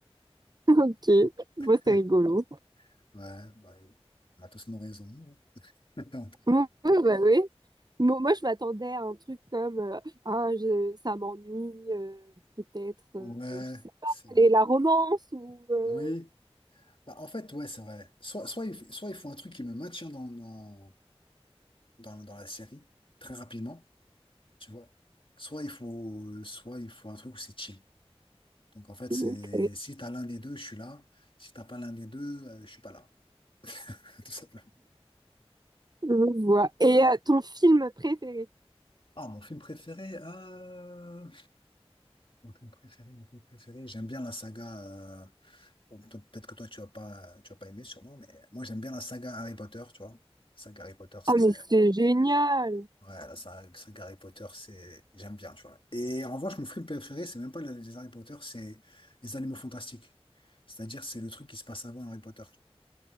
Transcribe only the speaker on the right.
Ok, moi
c'est rigolo.
Ouais, ouais, bah oui. Mo- Moi, je m'attendais à un truc comme euh, ah, je- ça m'ennuie, euh, peut-être, euh,
je sais pas,
et la romance ou. euh,
ok.
Je vois. Et euh, ton film préféré?
Ah,
mais c'est génial!